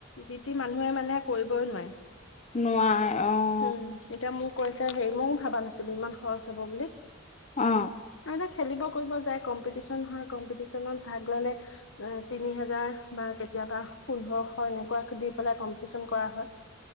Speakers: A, on the left; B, on the left.
A: যি টি মানুহে মানে কৰিবই নোৱাৰে।
B: নোৱাই অঁ।
A: উম। এতিয়া মোক কৈছে, হেৰি ময়ো ভাবা নাছিলো ইমান খৰছ হব বুলি।
B: অঁ।
A: আৰু খেলিব কৰিব যায়, কম্পিটিশন হয় কম্পিটিশনত ভাগ ল'লে, এ তিনি হেজাৰ বা কেতিয়াবা পোন্ধৰশ এনেকুৱাক দি পেলাই কম্পিটিচন কৰা হয়।